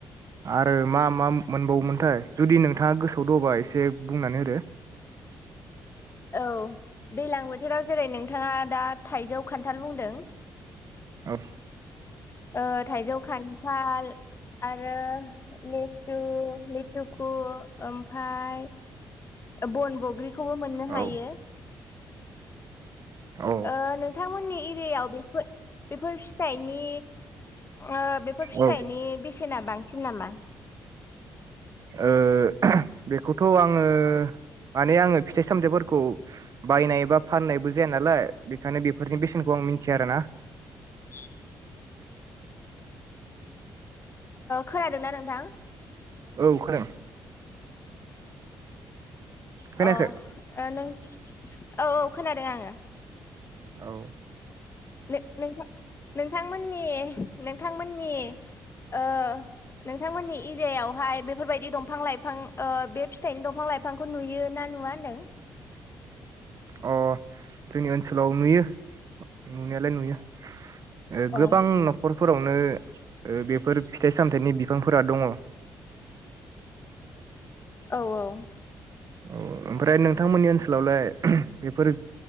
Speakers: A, on the right; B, on the left.
A: आरो मा मा मोनबावोमोनथाय जुदि नोंथाङा गोसोआव दङबा एसे बुंनानै होदो
B: औ दैलां बोथोराव जेरै नोंथाङा दा थाइजौ खान्थाल बुंदों
A: औ
B: ओ थाइजौ खान्थाल आरो लेस सु लिटुखु ओमफाय बन बग्रि खौबो मोननो हायो
A: औ औ
B: ओ नोंथांमोननि एरियायाव बेफोर बेफोर फिथाइनि ओ बेफोर फिथाइनि
A: औ ओ
B: बेसेना बांसिन नामा?
A: ओ बेखौथ आङो माने आङो फिथाइ सामथाइफोरखौ बायनाय बा फाननायबो जाया नालाय बेखायनो बेफोरनि बेसेनखौ आं मिथिया आरोना
B: <inaudible> खोनादोंना नोंथां
A: औ खोनादों खोनायाखै
B: अ नों औ औ खोना दों आङो
A: औ
B: नों-नोंथां नोंथांमोननि नोंथांमोननि ओ नोंथांमोननि एरियायावहाय बेफोरबायदि दंफां लाइफां ओ बे फिथाइनि दंफां लाइफांखौ नुयो ना नुवा होनदों
A: अ जोंनि ओनसोलाव नुयो नुनायालाय नुयो ओ
B: औ
A: गोबां नखर फोरावनो बेफोर फिथाइ सामथाइनि बिफांफोरा दङ।
B: औ औ
A: औ ओमफ्राय नोंथांमोननि ओनसोलावलाय बेफोर